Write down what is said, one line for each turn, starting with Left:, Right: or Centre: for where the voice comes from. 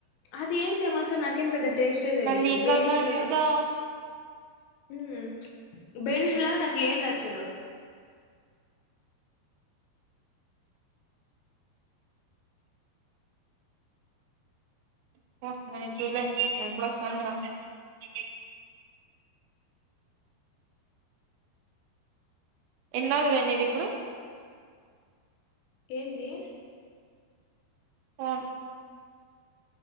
Left: అది ఏం ఫేమసో నాకేం పెద్ద టేస్టే తెలీదు
Right: మల్లిక
Left: బెనీషెల
Right: గంగా
Left: ఊ బేనిషల్లాగ నాకేది నచ్చదు.
Right: <unintelligible> ఎన్నోది వే నీదిప్పుడు.
Left: ఏందీ
Right: ఫోన్